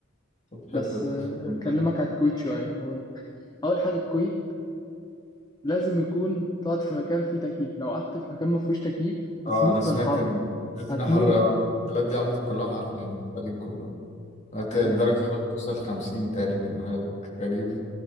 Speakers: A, on the left (about 35°); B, on the left (about 20°).
A: طب حلو
B: بس هكلمك
A: طب
B: على الكويت شوية هقول لك أول حاجة الكويت لازم يكون تقعد في مكان فيه تكييف لو قعدت في مكان ما فيهوش تكييف
A: اه
B: هتموت
A: انا سمعت
B: من الحر
A: ان سمعت
B: هتموت
A: انها حر اه البلد دي عامة كلها حر يعني الخليج كله هت-
B: يعني
A: درجة الحرارة توصل 50 تقريبا حاجات غريبة